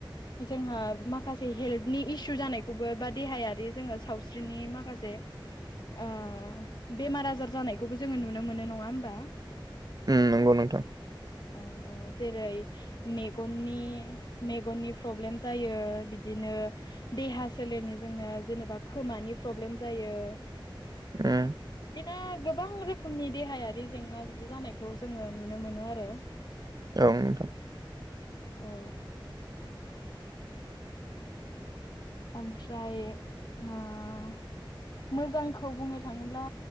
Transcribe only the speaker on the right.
ओ। नंगौ नोंथां
उम।
ओं नोंथां।